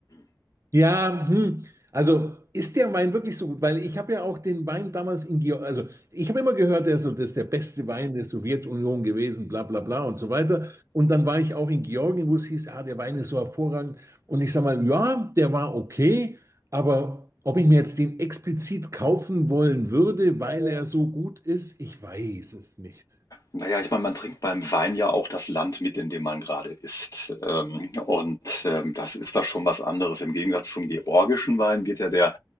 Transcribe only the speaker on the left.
Naja, ich meine, man trinkt beim Wein ja auch das Land mit, in dem man gerade ist. Ähm, und ähm, das ist da schon was anderes. Im Gegensatz zum georgischen Wein wird ja der,